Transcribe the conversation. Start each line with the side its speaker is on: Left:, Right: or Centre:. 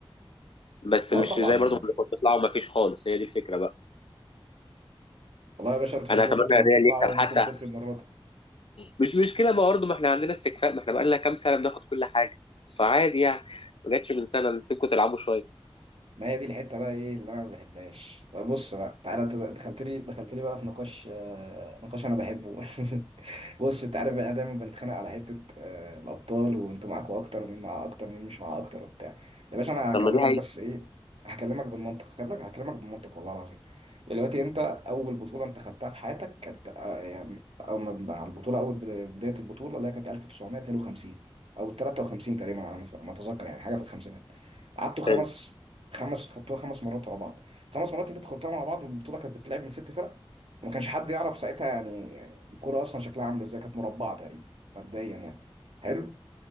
Left: بس
Right: اه
Left: مش
Right: طبعا
Left: زي برضو ما اللي كنت تطلعوا ما فيش خالص هي دي الفكره بقى
Right: والله يا باشا انتوا شكلكم
Left: انا اتمنى
Right: انتوا اللي
Left: الريال
Right: هتطلعوا
Left: يكسب حتى
Right: موسم صفر المرة دي
Left: مش مشكله بقى برضو ما احنا عندنا استكفاء ما احنا بقى لنا كام سنه بناخد كل حاجه فعادي يعني ما جاتش من سنه نسيبكم تلعبوا شويه
Right: ما هي دي الحته بقى ايه اللي انا ما بحبهاش طب بص بقى تعالى انت دخلت لي دخلت لي بقى في نقاش آه، نقاش انا بحبه <laughs> بص انت عارف بقى دايما بنتخانق على حته آه، الابطال وانتوا معاكوا اكتر ومين معاه اكتر ومين مش معاه اكتر وبتاع يا باشا انا هكلمك
Left: طب ما دي حقيقه
Right: بس ايه هكلمك بالمنطق هكلمك هكلمك بالمنطق والله العظيم دلوقتي انت اول بطوله انت خدتها في حياتك كانت آه، يعني اول ما بقى على البطوله اول بد- بدايه البطوله اللي هي كانت 1952 او 53 تقريبا على ما ما اتذكر يعني حاجه في الخمسينات قعدتوا خمس
Left: حلو.
Right: خمس خدتوها خمس مرات ورا بعض خمس مرات اللي انت خدتوها مع بعض البطوله كانت بتلعب من ست فرق وما كانش حد يعرف ساعتها يعني الكوره اصلا شكلها عامل ازاي كانت مربعه تقريبا مبدئيا يعني حلو